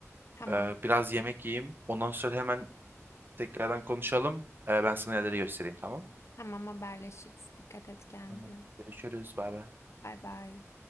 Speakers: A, on the left; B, on the right.
A: Tamam.
B: Eee, biraz yemek yiyeyim. Ondan sonra hemen tekrardan konuşalım. Eee, ben sana yerleri göstereyim tamam mı?
A: Tamam haberleşiriz. Dikkat et kendine.
B: Tamam. Görüşürüz. Bay bay.
A: Bay bay.